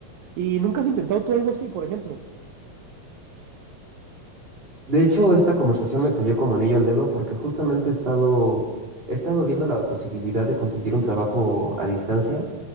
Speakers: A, on the right; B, on the right.
A: ¿Y nunca has intentado tú algo así, por ejemplo?
B: De hecho, esta conversación me cayó como anillo al dedo porque justamente he estado, he estado viendo la posibilidad de conseguir un trabajo a distancia